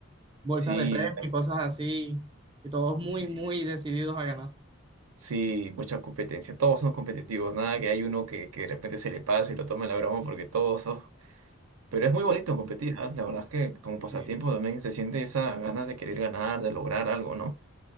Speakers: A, on the right; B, on the right.
A: bolsas
B: Sí,
A: de premio y cosas así, y todos muy,
B: sí.
A: muy decididos a ganar.
B: Sí, mucha competencia. Todos son competitivos, nada que hay uno que, que de repente se le pase y lo tome la broma porque todos son Pero es muy
A: Sí,
B: bonito competir, ¿ah? La verdad es que como pasatiempo
A: sí,
B: también se siente esa ganas de querer ganar, de lograr algo, ¿no?